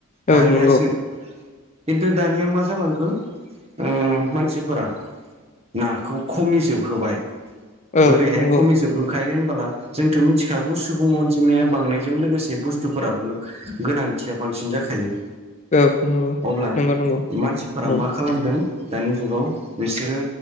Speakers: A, on the right (about 25°); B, on the left (about 30°).
A: दानियासो
B: औ नंगौ
A: खिन्थु दानिया मा जालांखो उम मानसिफोरा नाखौ खमिजोबहोबाय
B: ओ
A: बोरैहाय
B: नंगौ
A: खमिजोबहोखायो होनबोला जोंथ' मिथिखागौ सुबुं अनजिमाया बांनाय जों लोगोसे बुस्थुफोराबो गोनांथिया बांसिन जाखायो।
B: औ
A: अब्ला
B: नंगौ नंगौ
A: मानसिफोरा
B: नंगौ
A: मा खालामदों दानि जुगाव बिसोरो